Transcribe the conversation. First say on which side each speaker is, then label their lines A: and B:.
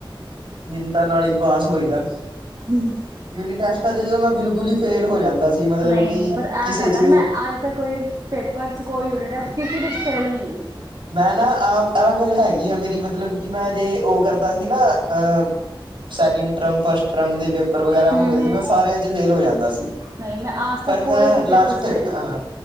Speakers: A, on the right; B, on the right.
A: ਮਿੰਨਤਾਂ ਨਾਲ ਹੀ ਪਾਸ ਹੋਏ ਦਾ।
B: ਹੂੰ
A: ਯੂਨਿਟ ਟੈਸਟ ਜਦੋਂ ਮੈਂ ਬਿਲਕੁਲ ਹੀ ਫੇਲ ਹੋ ਜਾਂਦਾ ਸੀ ਮਤਲਬ
B: ਨਹੀਂ
A: ਕਿ
B: ਪਰ ਇਹ
A: ਕਿਸੇ
B: ਗੱਲ
A: 'ਚ
B: ਹੈ ਮੈਂ ਅੱਜ ਤ ਕੋਈ ਪੇਪਰ 'ਚ ਕੋਈ ਯੂਨਿਟ ਹੈ ਕਿਸੇ ਵਿੱਚ ਫੇਲ ਨਹੀਂ ਹੋਈ।
A: ਮੈਂ ਨਾ ਆਹ ਆਹ ਗੱਲ ਹੈਗੀ ਆ ਮੇਰੀ ਮਤਲਬ ਕਿ ਮੈਂ ਜੇ ਉਹ ਕਰਦਾ ਸੀ ਨਾ ਅਹ ਸੈਕਿੰਡ ਟਰਮ ਫਸਟ ਟਰਮ ਦੇ ਪੇਪਰ ਵਗੈਰਾ
B: ਹਮ
A: ਹੁੰਦੇ
B: ਹਮ
A: ਸੀ ਮੈਂ ਸਾਰਿਆਂ ਚ ਫੇਲ ਹੋ ਜਾਂਦਾ ਸੀ।
B: ਨਹੀਂ ਮੈਂ ਆਜ
A: ਪਰ
B: ਤੱਕ ਕੋਈ
A: ਮੈਂ
B: ਵੀ
A: ਲਾਸਟ
B: ਪੇਪਰ ਚ ਫੇਲ
A: ਆ।
B: ਨਹੀਂ ਹੋਈ